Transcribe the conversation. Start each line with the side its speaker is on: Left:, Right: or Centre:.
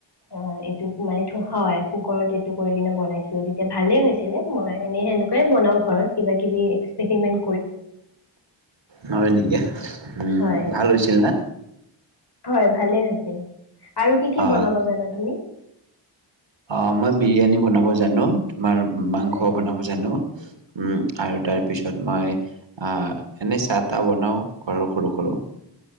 Left: অ এইটোত মানেতো হয় কুকাৰত এইটো কৰি কিনে বনাইছো, তেতিয়া ভালেই হৈছিলে। মই এনে সেনেকুৱাই বনাও ঘৰত, কিবা কিবি এক্সপেৰিমেন্ট
Right: হয় নেকি, উম
Left: হয়
Right: ভাল হৈছিল না?
Left: হয় ভালে হৈছিল, আৰু কি কি
Right: অ
Left: বনাব জানা তুমি?
Right: অ মই বিৰিয়ানী বনাব জানোঁ। তোমাৰ মাংস
Left: হয়
Right: বনাব জানোঁ। উম আৰু তাৰ পিছত মই। অ এনে চাত। টা বনাও ঘৰৰ সৰু সৰু।